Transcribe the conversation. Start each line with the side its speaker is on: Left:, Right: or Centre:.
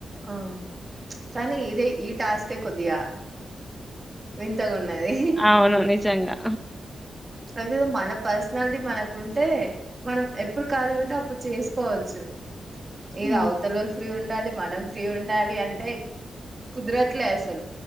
Right: హ చ్చు కానీ ఇదే ఈ టాస్కే కొద్ధిగా. వింతగున్నది.
Centre: అవును నిజంగా
Right: అదే మన పర్సనాలిటీ మనకుంటే, మనం ఎప్పుడ్ ఖాళీ ఉంటే, అప్పుడు చేస్కోవచ్చు. ఏది
Centre: హ్మ్.
Right: అవతలోల్ ఫ్రీ గున్. ఉండాలి మనం ఫ్రీ ఉండాలి అంటే, కుదరట్లేసలు.